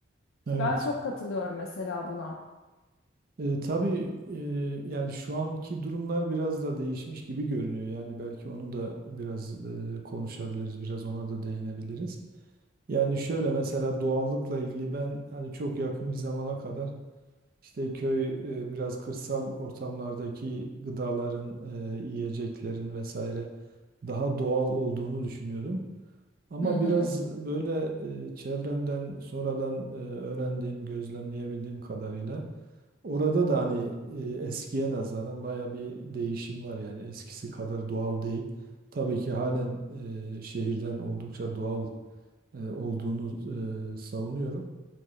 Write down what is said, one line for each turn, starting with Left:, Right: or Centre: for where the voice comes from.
Right: Evet.
Left: Ben çok katılıyorum mesela buna.
Right: E, tabii e, yani şu anki durumlar biraz da değişmiş gibi görünüyor. Yani belki onu da biraz e, konuşabiliriz, biraz ona da değinebiliriz. Yani şöyle mesela doğallıkla ilgili ben hani çok yakın bir zamana kadar İşte köy e, biraz kırsal ortamlardaki gıdaların, e, yiyeceklerin vesaire daha doğal olduğunu düşünüyordum. Ama
Left: Hı hı.
Right: biraz böyle e, çevremden sonradan e, öğrendiğim, gözlemleyebildiğim kadarıyla orada da hani e, eskiye nazaran baya bir değişim var yani eskisi kadar doğal değil. Tabii ki halen e, şehirden oldukça doğal e, olduğunu e, savunuyorum.